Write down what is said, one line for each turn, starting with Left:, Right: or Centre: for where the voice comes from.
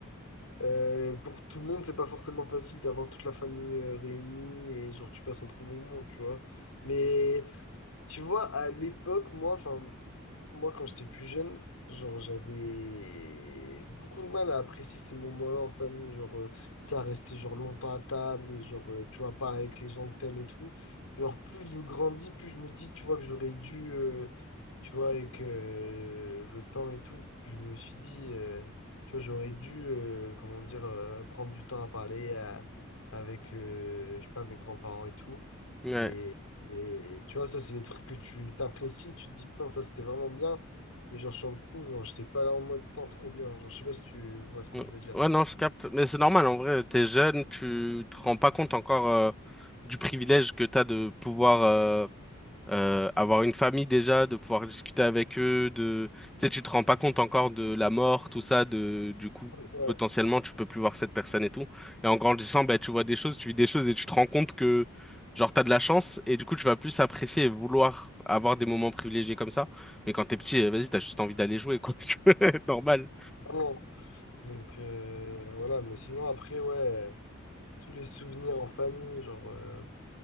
Left: euh, pour tout le monde, c'est pas forcément facile d'avoir toute la famille euh, réunie et genre tu passes un trop bon moment, tu vois. Mais tu vois, à l'époque, moi, enfin, Moi, quand j'étais plus jeune, genre, j'avais beaucoup de mal à apprécier ces moments-là en famille. Genre, euh, ça restait genre longtemps à table et genre, euh, tu vois, parler avec les gens que t'aimes et tout. Genre, plus je grandis, plus je me dis, tu vois, que j'aurais dû, euh, tu vois, avec euh, le temps et tout, je me suis dit, euh, tu vois, j'aurais dû, euh, comment dire, euh, prendre du temps à parler à- avec, euh, je sais pas, mes grands-parents et tout.
Centre: Ouais.
Left: Mais et tu vois, ça, c'est des trucs que tu t'apprécies, tu te dis, putain, ça, c'était vraiment bien. Mais genre, sur le coup, genre, j'étais pas là en mode, tant trop bien. Genre, je sais pas si tu vois ce que
Centre: Ouais,
Left: je veux dire.
Centre: ouais, non, je capte. Mais c'est normal, en vrai, t'es jeune, tu te rends pas compte encore euh, du privilège que t'as de pouvoir Euh, avoir une famille déjà, de pouvoir discuter avec eux, de, tu sais, tu te rends pas compte encore de la mort, tout ça, de, du coup,
Left: Ouais,
Centre: potentiellement, tu peux plus voir cette personne et tout. Et en grandissant, bah, tu vois des choses, tu vis des choses et tu te rends compte que, genre, t'as de la chance et du coup, tu vas plus apprécier et vouloir avoir des moments privilégiés comme ça. Mais quand t'es petit, euh, vas-y, t'as juste envie d'aller jouer, quoi. <laughs> Normal.
Left: vraiment. Donc, euh, voilà. Mais sinon, après, ouais, tous les souvenirs en famille, genre, euh,